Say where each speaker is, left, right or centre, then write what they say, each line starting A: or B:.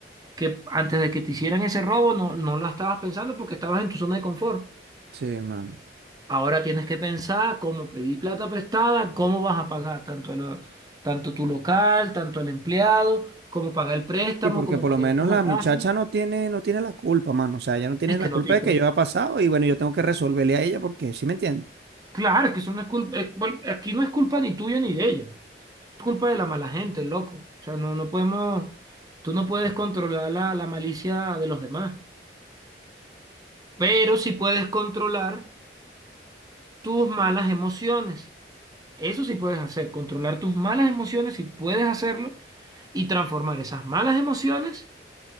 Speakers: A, on the right (about 20°); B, on the right (about 60°).
A: que antes de que te hicieran ese robo no, no lo estabas pensando porque estabas en tu zona de confort.
B: sí, mano.
A: Ahora tienes que pensar cómo pedir plata prestada, cómo vas a pagar tanto, el- tanto tu local, tanto el empleado, cómo pagar el préstamo,
B: Sí, porque
A: cómo
B: por
A: pagar
B: lo menos
A: con
B: la
A: la casa.
B: muchacha no tiene, no tiene la culpa, mano. O sea, ella no tiene
A: Es
B: la
A: que
B: culpa
A: no, te-
B: de que yo haya pasado y bueno, yo tengo que resolverle a ella porque, ¿sí me entiendes?
A: claro, es que eso no es culpa, eh, bueno, aquí no es culpa ni tuya ni de ella, es culpa de la mala gente, loco. O sea, no, no podemos, tú no puedes controlar la, la malicia de los demás, pero sí puedes controlar tus malas emociones. Eso sí puedes hacer, controlar tus malas emociones, si puedes hacerlo, y transformar esas malas emociones